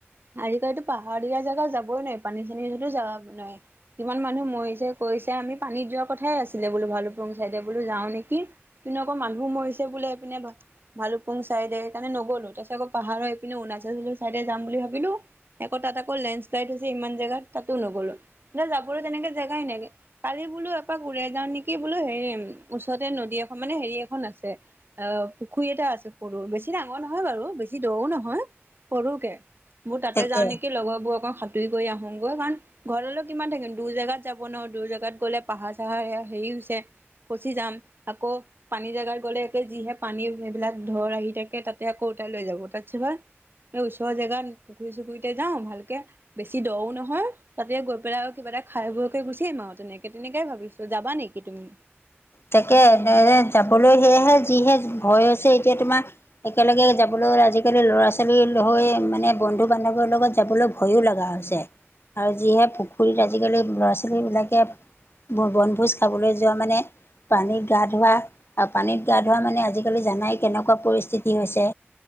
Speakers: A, on the right (about 55°); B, on the left (about 65°).
A: আজিকালিতো পাহাৰিয়া জেগাত যাবই নোৱাৰি, পানী-চানী যদিও যাব নোৱাৰি। কিমান মানুহ মৰিছে, কৈছে আমি পানীত যোৱা কথাই আছিলে বোলো ভালুপুং চাইডে বোলো যাওঁ নেকি? এইপিনে আকৌ মানুহ মৰিছে বোলে, এইপিনে ভালুকপুং চাইডে সেইকাৰণে নগ'লো তাৰপিছ আকৌ পাহাৰৰ এইপিনে অৰুণাচল চাইডে যাম বুলি ভাবিলোঁ, আকৌ তাত আকৌ লেণ্ডশ্লাইড হৈছে ইমান জেগাত তাতো নগ'লো। মানে যাবলৈ তেনেকে জেগাই নাই। কালি বোলো এপাক উৰাই যাওঁ নেকি? বোলো হেৰি ওচৰতে নদী এখন, মানে হেৰি এখন আছে। অহ, পুখুৰী এটা আছে সৰু, বেছি ডাঙৰ নহয় বাৰু, বেছি দওঁ নহয়। হা! সৰুকে মোৰ তাতে
B: তাকে
A: যাওঁ নেকি? লগৰবোৰ আকৌ সাঁতুৰি গৈ আহোগৈ কাৰণ ঘৰতেনো কিমান থাকিম, দূৰ জেগাত যাব নোৱাৰো, দুৰ জেগাত গ'লে পাহাৰ-চাহাৰ হেৰি হৈছে। ফচি যাম আকৌ পানী জোগাত গ'লে একে যিহে পানী এইবিলাক ধৰ আহি থাকে তাতে আকৌ ওতাই লৈ যাব, তাতছে ভাল এই ওচৰৰ জেগাত পুখুৰী-চুখুৰীতে যাওঁ ভালকে, বেছি দওঁ নহয়। তাতে গৈ পেলাই আৰু কিবা এটা খায় বৈয়কে গুচি আহিম আৰু তেনেকে-তেনেকেই ভাবিছোঁ যাবা নেকি তুমি?
B: তাকে তেনেকে যাবলৈ সেয়াহে যিহে ভয় হৈছে এতিয়া তোমাৰ একেলগে যাবলৈ, আজিকালি ল'ৰা-ছোৱালী হৈ মানে বন্ধু বান্ধৱৰ লগত যাবলৈ ভয়ো লগা হৈছে আৰু যিহে পুখুৰীত আজিকালি ল'ৰা-ছোৱালীবিলাকে ব-বনভোজ খাবলৈ যোৱা মানে। পানীত গা ধোৱা, আৰু পানীত গা ধোৱা মানে আজিকালি জানাই কেনেকুৱা পৰিস্থিতি হৈছে।